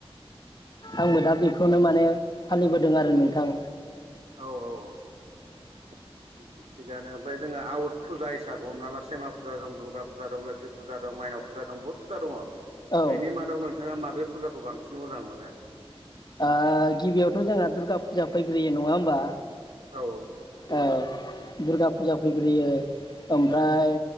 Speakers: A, on the left; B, on the right.
A: आंबो दा बेखौनो माने फालिबोदों आरो नोंथां
B: औ औ थिगानो ओमफाय जोंङा आउत फुजा हिसाब हमना ला सेमा फुजा दं दुर्गा फुजा दं लोख्खि फुजा दं माइनाव फुजा दं बहुत फुजा दङ।
A: औ ओ
B: बिनि मादाव नो नोंथाङा माबे फुजाखौ बांसिन मोजां मोनो?
A: ओ गिबियावथ' जोंहा दुर्गा फुजा फैग्रोयो नङा होमबा
B: औऔ ।
A: औ दुरगा फुजा फैग्रोयो ओमफ्राय